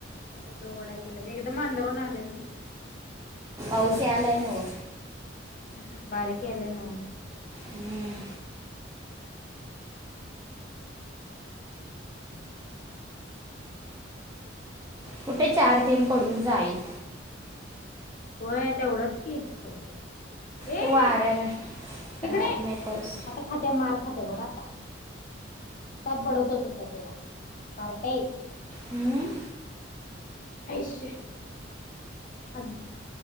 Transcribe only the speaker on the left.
जरा इकड वडा गेला एकदम अंधरून आले ना
हम्म बारी क आलेय नाव
होय तेवढंच की पडत ये
इिकडे
आता खात्या मार खात्या बघा आता आता पडवतोच होत तुला पार्ट
अशा अ